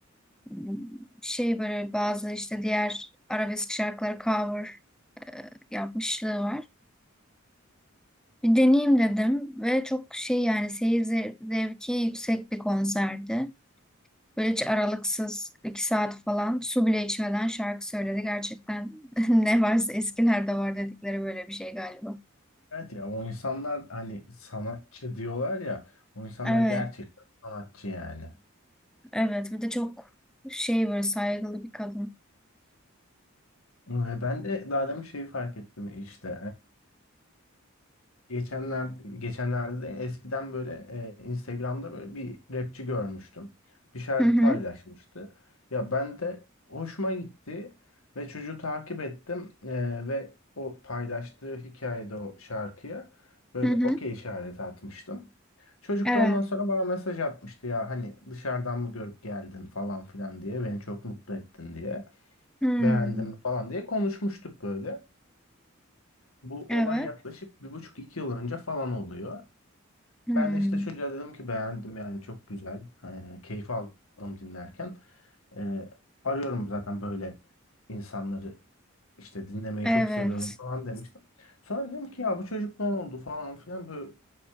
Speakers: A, in the centre; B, on the left (about 90°).
A: m, şey böyle bazı işte diğer arabesk şarkıları cover e, yapmışlığı var. Bir deneyeyim dedim ve çok şey yani seyir ze- zevki yüksek bir konserdi. Böyle hiç aralıksız iki saat falan su bile içmeden şarkı söyledi. Gerçekten <laughs> ne varsa eskilerde var dedikleri böyle bir şey galiba.
B: Evet ya o insanlar hani sanatçı diyorlar ya o insanlar
A: Evet,
B: gerçekten sanatçı yani.
A: evet. Bir de çok şey böyle saygılı bir kadın.
B: Ve ben de daha demin şeyi fark ettim işte Geçenler, geçenlerde eskiden böyle e, Instagram'da böyle bir rapçi görmüştüm. Bir şarkı
A: Hı hı,
B: paylaşmıştı. Ya ben de hoşuma gitti ve çocuğu takip ettim E, ve o paylaştığı hikayede o şarkıya böyle
A: hı hı.
B: okey işareti atmıştım. Çocuk
A: Evet.
B: da ondan sonra bana mesaj atmıştı ya hani dışarıdan mı görüp geldin falan filan diye beni çok mutlu ettin diye
A: Hmm,
B: beğendim falan diye konuşmuştuk böyle. Bu
A: evet.
B: olay yaklaşık bir buçuk iki yıl önce falan oluyor.
A: Hmm,
B: Ben de işte çocuğa dedim ki beğendim yani çok güzel. Ee, keyif aldım dinlerken. Ee, arıyorum zaten böyle insanları işte dinlemeyi
A: evet.
B: çok seviyorum falan demiştim. Sonra dedim ki ya bu çocuk ne oldu falan filan böyle